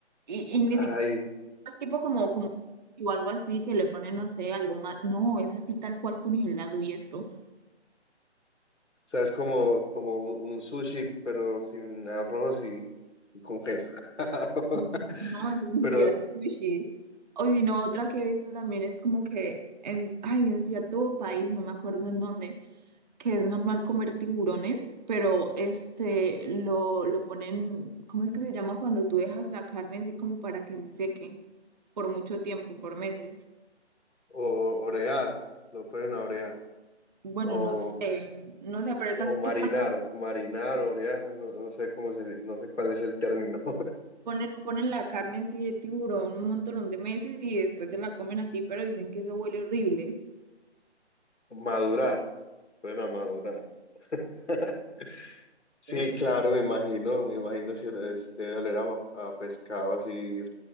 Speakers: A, on the right; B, on the left.
A: Y, y ni
B: Ay,
A: siquiera
B: o
A: es tipo como, como, o algo así que le ponen, no sé, algo más. No, es así tal cual congelado y esto.
B: sea, es como, como un un sushi, pero sin arroz y, y congelado. <laughs>
A: No, ni
B: Pero,
A: siquiera sushi. O si no, otra que he visto también es como que en, ay, en cierto país, no me acuerdo en dónde, que es normal comer tiburones, pero este lo, lo ponen, ¿cómo es que se llama cuando tú dejas la carne así como para que se seque por mucho tiempo, por meses?
B: o, orear, lo pueden orear.
A: Bueno,
B: o
A: no sé, no sé, pero el
B: O
A: caso es
B: marinar,
A: que
B: marinar, orear, no, no sé cómo se, no sé cuál es el término. <laughs>
A: ponen, ponen la carne así de tiburón un montón de meses y después se la comen así, pero dicen que eso huele horrible.
B: Madurar, bueno madurar. <laughs> Sí,
A: Eh,
B: claro, me imagino, me imagino si es- debe oler a, ma- a pescado así